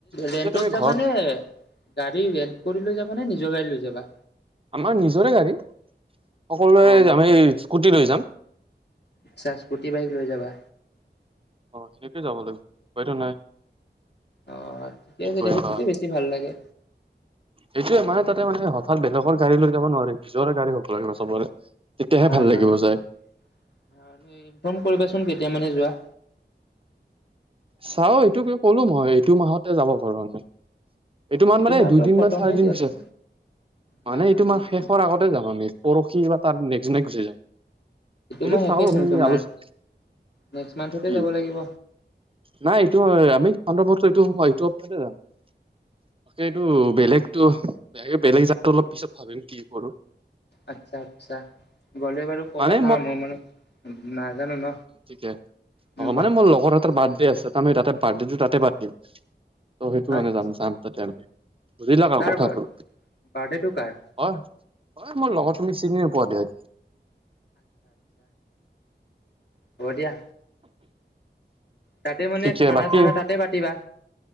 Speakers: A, on the right; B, on the left.
A: পিছে
B: ৰেন্টত
A: তুমি
B: যাবা
A: ঘৰত
B: নে গাড়ী ৰেন্ট কৰি লৈ যাবা নে নিজৰ গাড়ী লৈ যাবা
A: আমাৰ নিজৰে গাড়ী সকলোৱে
B: অ
A: আমি স্কুটি লৈ যাম
B: আচ্ছা স্কুটি বাইক লৈ যাবা
A: অ সেনেকেই যাব লাগিব উপাইটো নাই
B: অ ঠিকে
A: কি
B: আছে
A: কৰিবা
B: দে সেইটোতে বেছি ভাল লাগে
A: এইটোয়ে মানে তাতে মানে ত বেলেগৰ গাড়ী লৈ যাব নোৱাৰে নিজৰে গাড়ী হ'ব লাগিব চবৰে তেতিয়াহে
B: হা
A: ভাল লাগিব
B: হা ইনফৰ্ম
A: যায়
B: কৰিব কোন কেতিয়া মানে যোৱা
A: চাও এইটো ক'লো মই এইটো মাহতে যাব পাৰো আমি এইটো মাৰ মানে
B: মাহতো
A: দুইদিন
B: খতমেই
A: ম চাৰি দিন
B: দিয়াচোন
A: পিছত
B: হা
A: মানে
B: হা
A: এইটো মাৰ
B: নেক্স
A: শেষৰ আগতে যাম আমি পৰহি বা তাৰ নেক্জনে গুচি যাম এইটো
B: মাহ
A: চাও
B: শেষেচোন
A: আমি
B: তোমাৰ
A: আলোচনা
B: নেক্সট মান্থতে
A: কি
B: যাব লাগিব
A: নাই এইটো আমি এইটো এইটো সপ্তাহত যাম। তাকে এইটো বেলেগতো বে বেলেগ যাতো অলপ পিছত ভাবিম কি কৰো
B: আচ্ছা আচ্ছা গ'লে বাৰু কবা
A: মানে
B: হা মই মানে নাজানো ন।
A: গতিকে
B: উম
A: অ
B: কোৱা
A: মানে মোৰ লগৰ এটাৰ বাৰ্থডে আছে তাৰি তাতে বাৰ্থডেটো তাতে পাতিম। ত সেইটো
B: আচ্ছা
A: কাৰণে যাম চাম ততেমি। বুজিলা আৰু
B: কাৰ
A: কথাটো
B: বাৰ বাৰ্থডেটো কাৰ
A: অ মোৰ লগত তুমি চিনি নোপোৱা দিয়া
B: কব দিয়া তাতে মানে
A: ঠিকে
B: খানা
A: বাকি
B: চানা তাতে পাতিবা